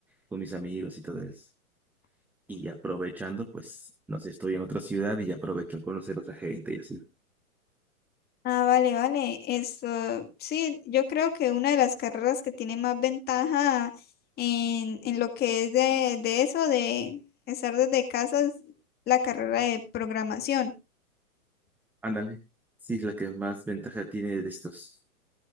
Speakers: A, in the centre; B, on the left.
A: con mis amigos y todo eso. Y aprovechando, pues, no sé, estoy en otra ciudad y aprovecho a conocer otra gente y así.
B: Ah, vale, vale. Esto, sí, yo creo que una de las carreras que tiene más ventaja en, en lo que es de, de eso, de estar desde casa, es la carrera de programación.
A: Ándale. Sí, es la que más ventaja tiene de estos